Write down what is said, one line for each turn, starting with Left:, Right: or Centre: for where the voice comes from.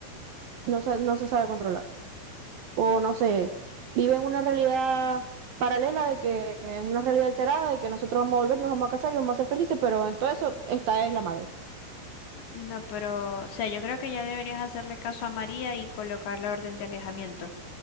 Right: no se, no se sabe controlar. O no sé, vive en una realidad paralela de que, en una realidad alterada de que nosotros vamos a volver, nos vamos a casar y vamos a ser felices, pero en todo eso, esta es la madre.
Left: No, pero, o sea, yo creo que ya deberías hacerle caso a María y colocar la orden de alejamiento,